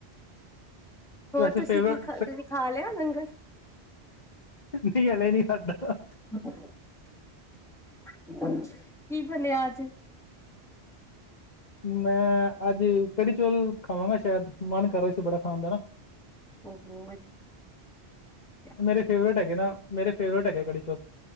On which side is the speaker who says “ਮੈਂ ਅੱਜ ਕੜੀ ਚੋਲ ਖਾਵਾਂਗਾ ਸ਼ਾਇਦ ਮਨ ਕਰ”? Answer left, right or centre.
Left